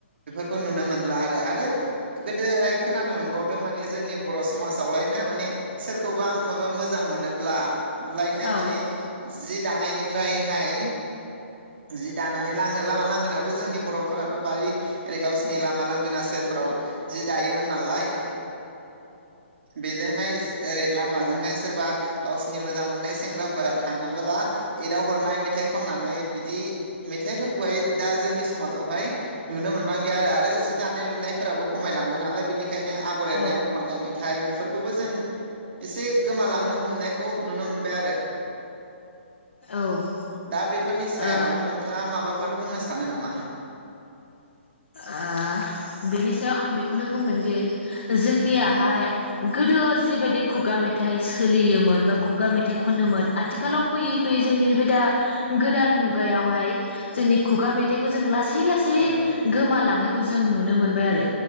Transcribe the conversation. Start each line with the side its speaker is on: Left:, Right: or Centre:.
Right: खौ नुनो मोनला आरो आरो गोदोहाय खोनानो मोनबाव माने जोंनि बर' समाजावलायनो माने सोरखौबा माबा मोजां मोनोब्ला लायनो
Left: ओं
Right: माने जि दानायनि फ्राय हाय जि दानानै लामा लांगोनायावथ' जोंनि बर'फोराथ' बारि ओरै गावसिनि लामा लांगोना सेरफोराव जि दायोमोन नालाय। बेजोंहाय ओरै लामाजोंहाय सोरबा गावसिनि मोजां मोननाय सेंग्राफोरा थाङोबोला एदाव हरनाय मेथाइ खननानै बिदि मेथाइफोरखौहाय दा जोंनि समाजावहाय नुनो मोनबांलिया आरो आरो जि दानाय लुनायफोराबो खमायलांबाय नालाय बेनिखायनो आगर एरनायाव
Left: औ
Right: खननाय मे थाइ बेफोरखौबो जों एसे गोमालांनो हमनायखौ नुनो मोनबाय आरो।
Left: औ
Right: दा बेफोरनि सायाव
Left: ओ
Right: नोंथाङा माबाफोर बुंनो सा- - नो नामा?
Left: ओह बेनि सायाव आं बेखौनो बुंगोन जे जोंनियाहाय
Right: उम
Left: गोदोआव जिबायदि खुगा मेथाइ सोलियोमोन बा खुगा मेथाइ खनोमोन आथिखालाव फैयै फैयै जोंनि नैबे दा गोदान मुगायावहाय जोंनि खुगा मेथाइखौ जों लासै यै
Right: औ
Left: गोमालांनाय खौ जों नुनो मोनबाय आरो।